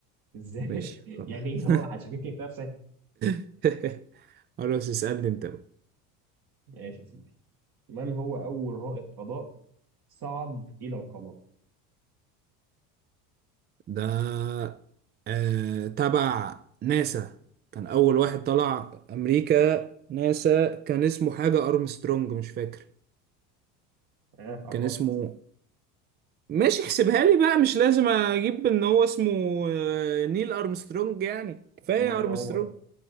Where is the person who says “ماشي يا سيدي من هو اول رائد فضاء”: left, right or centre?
Right